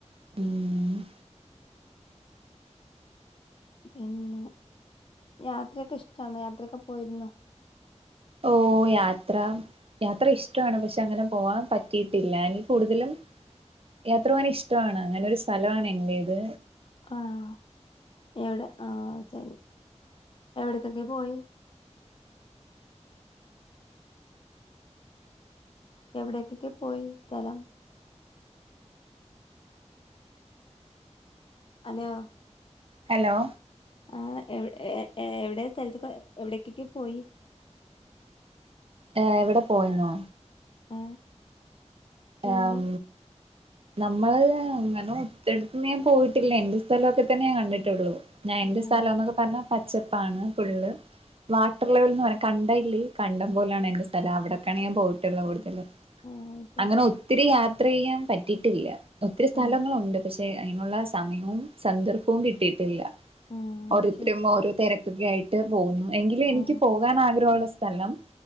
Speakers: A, on the right; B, on the left.
A: ഉം. ഉം
B: പിന്നെ യാത്രയൊക്കെ ഇഷ്ട്ടാണോ? യാത്രയൊക്കെ പോയിരുന്നോ?
A: ഓ യാത്ര യാത്ര ഇഷ്ട്ടവാണ് പക്ഷെ അങ്ങനെ പോവാൻ പറ്റിയിട്ടില്ല എനിക്ക് കൂടുതലും യാത്ര പോകാൻ ഇഷ്ട്ടവാണ് അങ്ങനൊരു സ്ഥലവാണെന്റേത്.
B: ആ ഹ് എവെടെ ആ ശരി എവിടെക്കെക്കെ പോയി? എവിടേകെക്കേ പോയി സ്ഥലം അലോ
A: ഹലോ
B: ആ എവ് ഏ ഏ എവിടേ സ്ഥലത്ത്ക്കോ എവിടേകെക്കെ പോയി?
A: ഏ എവിടെ പോയെന്നോ?
B: ആ ടൂറ്
A: ആം നമ്മള് അങ്ങനെ ഒത്തിരി എടുത്തന്ന് ഞാൻ പോയിട്ടില്ല എന്റെ സ്ഥലൊക്കെ തനെ ഞാൻ കണ്ടിട്ടൊള്ളു. ഞാൻ എന്റെ
B: ആ
A: സ്ഥലോന്നൊക്കെ പറഞ്ഞ പച്ചപ്പാണ് ഫുള്ള്. വാട്ടർ ലെവൽന്ന് പറയും കണ്ടം ഇല്ലേ കണ്ടം പോലാണ് എന്റെ സ്ഥലം അവിടൊക്കെയാണ് ഞാൻ പോയിട്ട്ള്ള കൂടുതലും.
B: ആ ഐ-
A: അങ്ങനെ ഒത്തിരി യാത്രെയ്യാൻ പറ്റിയിട്ടില്ല ഒത്തിരി സ്ഥലങ്ങളുണ്ട്
B: ആ
A: അ- പക്ഷെ അയ്നുള്ള സമയവും സന്ദർഭവും കിട്ടിയിട്ടില്ല.
B: ആ
A: ഓരോരുത്തരും
B: ശരി
A: ഓരോ തെര ക്കെ ആയിട്ട് പോവുന്നു എങ്കിലും എനിക്ക്
B: ആ
A: പോകാനാഗ്രഹുള്ള സ്ഥലം